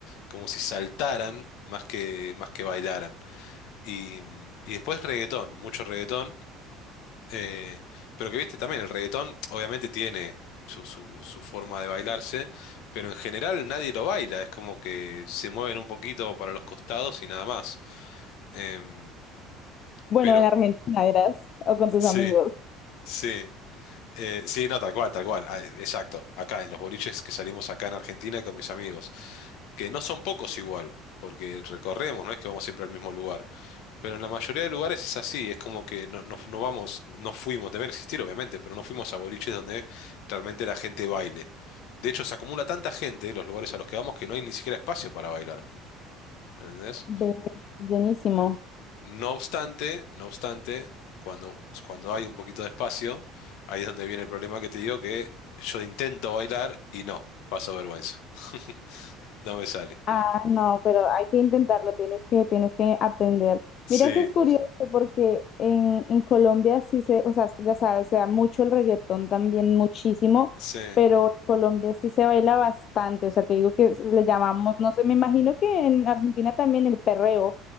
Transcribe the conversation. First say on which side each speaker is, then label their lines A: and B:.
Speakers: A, on the left; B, on the left.
A: como si saltaran más que, más que bailaran. Y, y después reggaetón, mucho reggaetón eh, pero que viste también, el reggaetón obviamente tiene su, su, su forma de bailarse, pero en general nadie lo baila, es como que se mueven un poquito para los costados y nada más. Em,
B: bueno,
A: pero
B: en Argentina eras o con tus
A: sí,
B: amigos.
A: sí, eh, sí, no, tal cual, tal cual, ah, exacto, acá en los boliches que salimos acá en Argentina con mis amigos, que no son pocos igual, porque recorremos, no es que vamos siempre al mismo lugar. Pero en la mayoría de lugares es así, es como que no, no- no vamos, no fuimos, deben existir obviamente, pero no fuimos a boliches donde realmente la gente baile. De hecho, se acumula tanta gente en los lugares a los que vamos que no hay ni siquiera espacio para bailar, ¿me entendés?
B: Ve, buenísimo.
A: No obstante, no obstante, cuando, cuando hay un poquito de espacio, ahí es donde viene el problema que te digo que yo intento bailar y no, paso vergüenza, <laughs> no me sale.
B: Ah, no, pero hay que intentarlo, tienes que, tienes que aprender.
A: Sí,
B: Mira que es curioso porque en, en Colombia sí se, o sea, ya sabes, se da mucho el reggaetón también, muchísimo,
A: sí.
B: pero en Colombia sí se baila bastante, o sea, te digo que le llamamos, no sé, me imagino que en Argentina también el perreo,